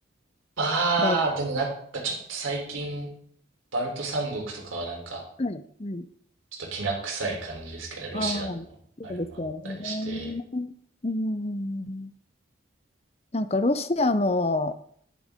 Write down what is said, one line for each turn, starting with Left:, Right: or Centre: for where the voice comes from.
Right: まあ、
Left: 大、
Right: でもなんかちょっと最近、バルト三国とかはなんか、
Left: はい、はい。
Right: ちょっときな臭い感じですけどね、ロシアのあれもあったりして。
Left: ああ、そうですよね。うん。なんかロシアも、